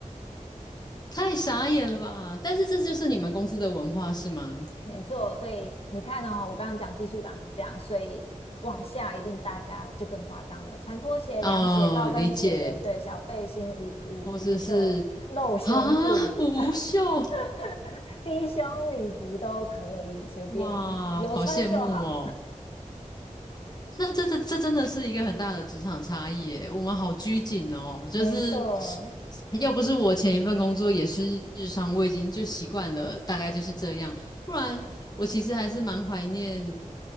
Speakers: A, on the left (about 30°); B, on the left (about 45°).
A: 太傻眼了吧！但是这就是你们公司的文化是吗？
B: 没错，所以你看哦，我刚刚讲技术长是这样，所以往下一定大家就更夸张了，穿拖鞋、
A: 啊、
B: 凉鞋、高跟鞋，
A: 理解，
B: 对，小背心、无无无袖、
A: 或者是
B: 露胸部、
A: 啊，无袖，
B: <laughs> 低胸礼服都可以，随便你，
A: 哇，
B: 有穿就好。
A: 好羡慕哦。那这这这真的是一个很大的职场差异耶，我们好拘谨哦，就是
B: 没错，
A: 要不是我前一份工作也是日商，我已经就习惯了，大概就是这样。不然我其实还是蛮怀念，